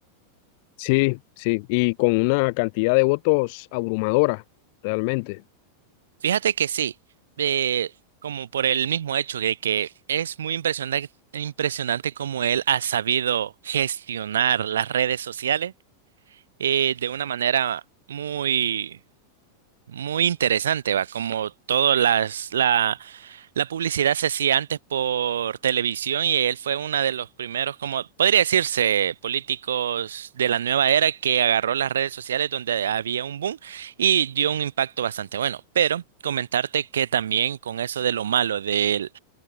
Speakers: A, on the left; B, on the right.
A: Sí, sí, y con una cantidad de votos abrumadora, realmente.
B: Fíjate que sí, eh, como por el mismo hecho de que es muy impresionante, impresionante cómo él ha sabido gestionar las redes sociales eh, de una manera muy Muy interesante, va, como todas las, la, la publicidad se hacía antes por televisión y él fue uno de los primeros, como podría decirse, políticos de la nueva era que agarró las redes sociales donde había un boom y dio un impacto bastante bueno. Pero comentarte que también con eso de lo malo, del,